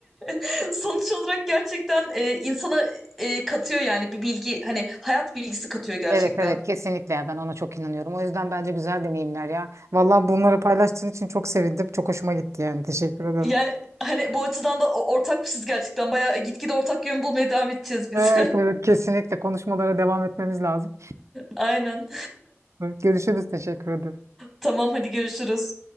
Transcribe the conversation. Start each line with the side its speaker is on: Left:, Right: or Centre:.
Centre: <laughs> sonuç olarak gerçekten e, insana e, katıyor yani bir bilgi hani hayat bilgisi katıyor gerçekten.
Right: Evet evet kesinlikle ya ben ona çok inanıyorum. O yüzden bence güzel deneyimler ya. Vallahi bunları paylaştığın için çok sevindim. Çok hoşuma gitti yani. Teşekkür ederim.
Centre: Yani hani bu açıdan da o- ortakmışız gerçekten. Bayağı gitgide ortak yön bulmaya devam edeceğiz biz.
Right: Evet evet kesinlikle konuşmalara devam etmemiz lazım.
Centre: <laughs> Aynen.
Right: Evet, Görüşürüz. Teşekkür ederim.
Centre: Tamam hadi görüşürüz.